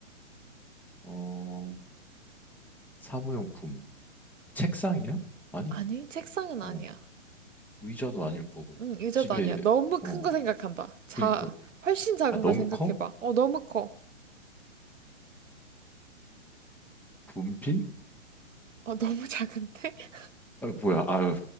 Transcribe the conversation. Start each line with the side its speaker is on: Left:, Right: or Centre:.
Centre: 어, 사무용품. 책상이야? 아니,
Right: 아니, 책상은 아니야.
Centre: 어, 의자도 아닐 거고.
Right: 음, 의자도
Centre: 집에,
Right: 아니야. 너무
Centre: 어,
Right: 큰 거 생각한다. 자,
Centre: 그니까.
Right: 훨씬 작은
Centre: 아, 너무
Right: 걸 생각해봐.
Centre: 커?
Right: 어, 너무 커.
Centre: 분필?
Right: 어, 너무 작은데? <laughs>
Centre: 아, 뭐야, 아유.